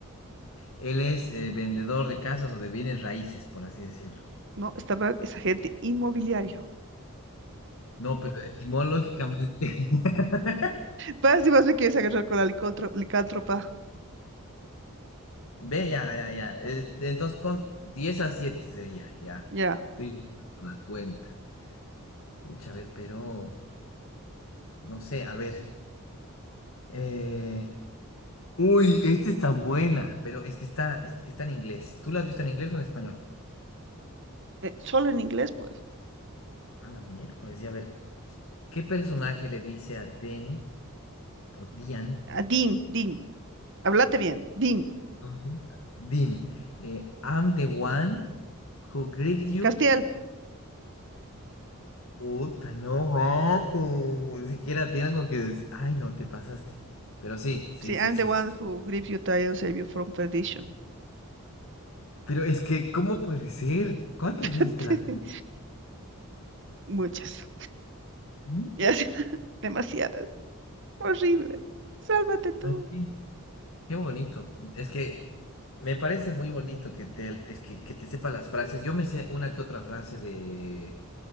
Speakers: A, on the left; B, on the right.
A: Él es eh, vendedor de casas o de bienes raíces, por así decirlo.
B: No, estaba esa gente inmobiliario. <laughs>
A: No, pero etimológicamente. <laughs>
B: Pues si vas me quieres agarrar con la licantro- licántropa.
A: Ve, ya, ya, ya. Eh, Entonces, con 10 a 7 sería, ya.
B: Ya.
A: Estoy dando la cuenta. Pucha, a ver, pero no sé, a ver. eh, Uy, esta está buena, pero es que está, es que está en inglés. ¿Tú la has visto en inglés o en español?
B: Eh, solo en inglés, pues.
A: A la miércoles, y a ver, ¿qué personaje le dice a Den o Dian?
B: Ah, Dean, Dean. Háblate bien. Dean.
A: Ujú. Dean, eh, I'm the one who grips you.
B: Castiel.
A: Puta, no mates. Ni siquiera tiene algo que decir. Ay, no, te pasaste. Pero sí, sí,
B: Sí,
A: sí,
B: I'm
A: sí,
B: the one
A: sí.
B: who gripped you tie and saved you from perdition.
A: Pero es que, ¿cómo puede ser? ¿Cuántas
B: <laughs>
A: veces te
B: Espérate.
A: las...
B: Muchas.
A: vi?
B: Ya, sí, <laughs> demasiadas. Horrible. Sálvate tú.
A: Ay, Qué qué bonito. Es que me parece muy bonito que te, es que, que te sepa las frases. Yo me sé una que otra frase de,